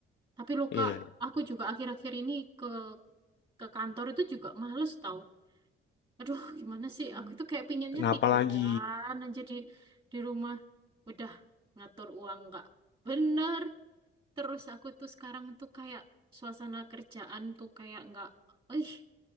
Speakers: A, on the right; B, on the left.
A: Tapi loh
B: Ya,
A: kak, aku juga akhir-akhir ini ke ke kantor itu juga males tau. Aduh, gimana sih? Aku Hmm. itu kayak pinginnya
B: kenapa
A: tiduran
B: lagi?
A: aja di di rumah. Udah ngatur uang nggak bener. Terus aku tuh sekarang tuh kayak suasana kerjaan tuh kayak nggak, ih,